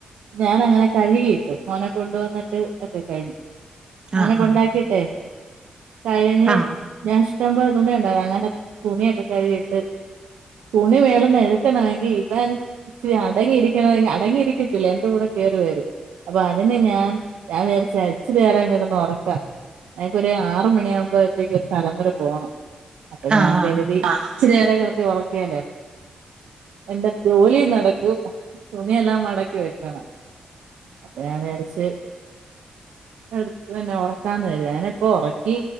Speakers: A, on the right; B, on the right.
A: ഞാൻ അങ്ങനെ കഴുകിയിട്ട് മോനെ കൊണ്ടുവന്നിട്ട് ഒക്കെ കഴിഞ്ഞു മോനെ
B: ആ,
A: കൊണ്ടാക്കിട്ടെ
B: ആ.
A: കഴിഞ്ഞ്
B: ആ,
A: ഞാൻ ഇഷ്ടം പോലെ തുണി ഉണ്ടയ്ന് അങ്ങനെ തുണിയൊക്കെ കഴിട്ട് തുണി വേളന്ന് എടുക്കണങ്കിൽ ഇവൻ ഇച്ചിരി അടങ്ങിയിരിക്കണെ അടങ്ങിയിരിക്കത്തില്ല എന്റെ കൂടെ കേറി വരും അപ്പൊ അതിന് ഞാൻ ഞൻ വിചാ ച്ചിരി നേരം കിടന്ന് ഉറക്കാം എനക്കൊരു ആറ് മണിയാകുമ്പോഴത്തേക്കും ഒരു സ്ഥലം വരെ പോണം അപ്പൊ
B: ആ,
A: ഞാൻ
B: ആ,
A: കരുതി ച്ചിരി നേരം കിടത്തി ഉറക്കേലേ എന്റെ ജോലി നടക്കു തുണിയെല്ലാം മടക്കി വെക്കണം അപ്പ ഞാൻ വിരച്ച് എടുത്ത് പിന്നെ ഉറക്കാന്ന് വര ഞാന ഇപ്പ ഉറ ക്കി